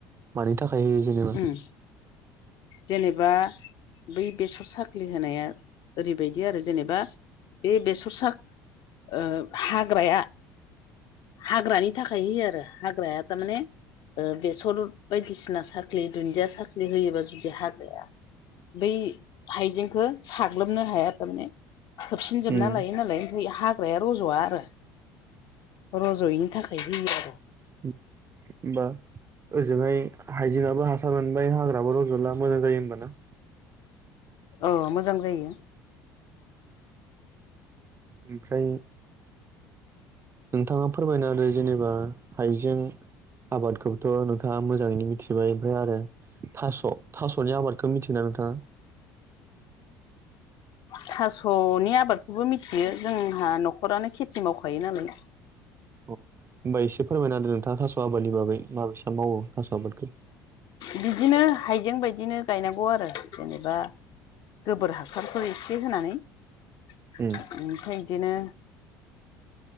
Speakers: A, on the right (about 30°); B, on the left (about 50°).
A: मानि थाखाय होयो जेनेबा
B: उम जेनेबा बै बेसर साख्लि होनाया ओरैबायदि आरो जेनेबा बे बेस र सा ओ हाग्राया हाग्रानि थाखाय होयो आरो हाग्राया थामाने ओ बेसर बायदिसिना साख्लि दुन्दिया साख्लि होयोबा जु दि हाग्राया बै हाइजेंखो साग्लोबनो हाया थामाने खोबसिनजोबना
A: उम
B: लायो नालाय बै हाग्राया रजवा आरो रजयैनि थाखाय होयो आरो
A: उम ओमबा ओजोंहाय हाइजेङाबो हासार मोनबाय हाग्राबो रजला मोजां जायो होमबाना
B: औ मोजां जायो
A: ओमफ्राय नोंथाङा फोरमायना होदो जेनेबा हाइजें आबादखौथ नोंथाङा मोजाङैनो मिथिबाय ओमफ्राय आरो थास थासनि आबाद खो मिथियोना नोंथाङा
B: थासनि आबादखौबो मिथियो जोंहा न'खरानो खेथि मावखायो नालाय
A: अ होमबा एसे फोरमायना होदो नोंथाङा थास आबादनि बागै माबैसा मावो थास आबादखो
B: बिदिनो हाइजें बायदिनो गायनांगौ आरो जेनेबा गोबोर हासारफोर एसे होनानै ओमफ्राय
A: उम
B: इदिनो